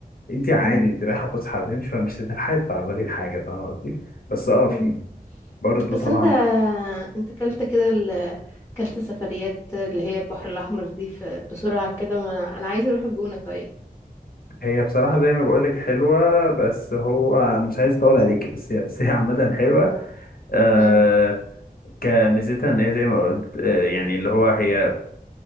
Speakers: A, on the left; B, on the left.
A: انت عادي
B: مم.
A: انت رايحه فسحه هتمشي فمش هتلحقي تتعرضي لحاجه فاهمه قصدي بس اه في
B: مم.
A: برضه
B: بس
A: طبعا
B: انت انت كلت كده ال... كلت سفريات اللي هي البحر الأحمر دي في... بسرعة كده ما... أنا عايزة أروح الجونة طيب
A: هي بصراحه زي ما بقول لك حلوه بس هو انا مش عايز اطول عليكي بس هي بس هي عامه حلوه آه
B: مم.
A: كميزتها ان هي زي ما قلت آه يعني اللي هو هي